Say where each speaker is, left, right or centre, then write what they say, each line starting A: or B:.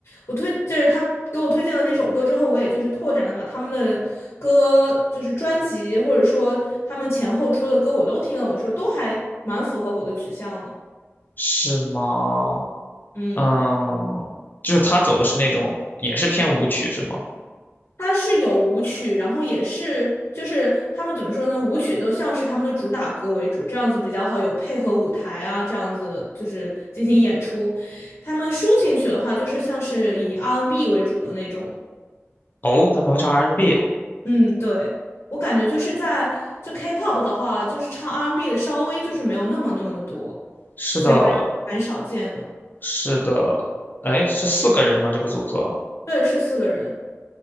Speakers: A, on the left (about 65°); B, on the left (about 40°).
A: 我推就是他给我推荐的那首歌之后，我也就是拓展了把他们的歌，就是专辑或者说他们前后出的歌我都听了，我说都还蛮符合我的取向的。
B: 是吗？
A: 嗯。
B: 嗯，就是他走的是那种也是偏舞曲是吗？
A: 它是有舞曲，然后也是就是他们怎么说呢？舞曲都像是他们的主打歌为主，这样子比较好，有配合舞台啊，这样子就是进行演出。他们抒情曲的话，就是像是以 R&B n 为主的那种。
B: 哦，他们会唱 R&B，n
A: 嗯，对，我感觉就是在就 K-pop 的话，就是唱 R&B n 的稍微就是没有那么那么的多，
B: 是的，
A: 所以还蛮少见的。
B: 是的，哎，是四个人吗？这个组合
A: 对，是四个人，